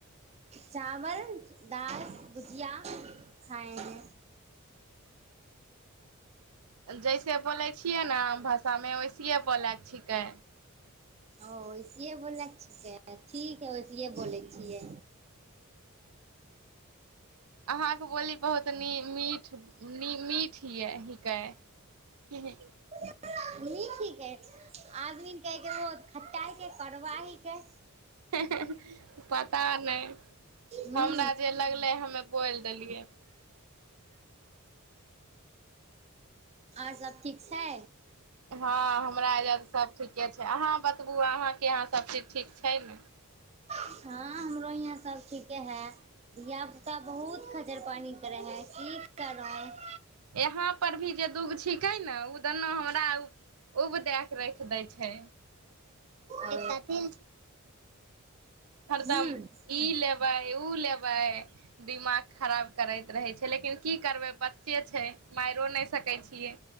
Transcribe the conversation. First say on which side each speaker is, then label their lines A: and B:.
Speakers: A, on the right; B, on the right.
A: चावल दाल भुजिया खाए ह
B: जैसे बोलै छियै ने भाषा सममे वैसिए बोलै छिकै
A: ओ वैसिे बोलै छिकै ठीक हइ वैसए बोलै छियै
B: अहाँके बोली बहुत न मीठ मीठ य कए क <inaudible>
A: नीक हिकै आदमी कहैके रो खट्टा हिके करबा हिकै
B: हँ हँ ह पता नहि
A: हूं
B: हमरा
A: हूं
B: जे लगलै हमे बोलि देलियै
A: आओर सभ ठीक छै
B: हँ हमरा अजा सब ठीके छै अहाँ बतबू अहाँके यहाँ सबचीज ठीक छै ने
A: हँ हमरो यहाँ सब ठीके है धिया पुता बहुतखट जर पानी करे हैं की कर रह
B: यहाँ पर भी जे द दुख छिके ने उ दुनू हमरा उब दए के राख देै छै
A: ओ
B: कथी हरदम
A: हूं
B: ई लेबै ओ लेबै दिमाग खराब करैत रहै छै लेकिन की करबै प जे छै मारियओ नहि सकै छियै